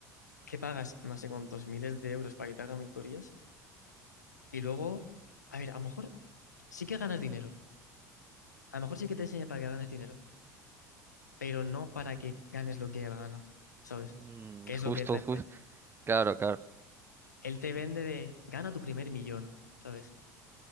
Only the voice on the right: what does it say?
Mm,
justo,
justo. Claro, claro.